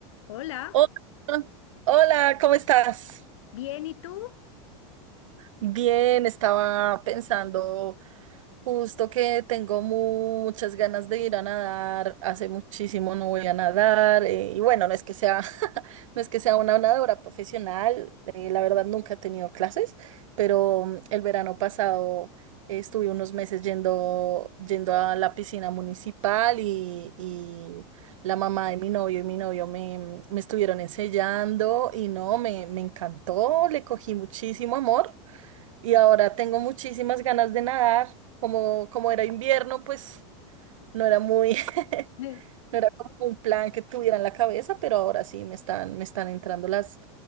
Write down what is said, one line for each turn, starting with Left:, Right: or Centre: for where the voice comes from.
Left: Hola,
Right: Hola, hola, ¿cómo estás?
Left: ¿bien y tú?
Right: Bien, estaba pensando Justo que tengo muchas ganas de ir a nadar, hace muchísimo no voy a nadar, eh, y bueno, no es que sea, <laughs> no es que sea una nadadora profesional, eh, la verdad nunca he tenido clases, pero mm, el verano pasado eh, estuve unos meses yendo, yendo a la piscina municipal y, y la mamá de mi novio y mi novio me, mm, me estuvieron enseñando y no, me, me encantó, le cogí muchísimo amor y ahora tengo muchísimas ganas de nadar. Como, como era invierno, pues no era muy, <laughs>
Left: Sí.
Right: no era como un plan que tuviera en la cabeza, pero ahora sí me están, me están entrando las,